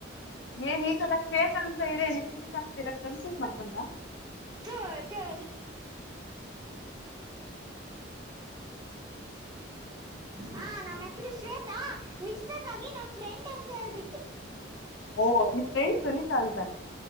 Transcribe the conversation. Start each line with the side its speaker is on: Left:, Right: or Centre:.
Left: ಏನ್ ಈ ತರ ಶ್ವೇತ <unintelligible> ಅಂತ ಇದೆೇ ನೀ ಶ್ವೇತ ಅಂತ ಇರ ಕನ್ಫ್ಯೂಸ್ ಮಾಡ್ಕೊಂಡ
Right: ಥೋ, ಥೋ. ಹ ನಮ್ಮ್ ಹೆಸರು ಶ್ವೇತಾ ನಿಷ್ಟ್ಕ ಅಲ್ಲಿ ನಮ್ಮ ಫ್ರೆಂಡ್ ಹೆಸರು ಹೇಳ್ಬಿು <unintelligible>
Left: ಓ ನಿಮ ಫ್ರೆಂಡ್ ಸುನಿತಾ ಅಂತ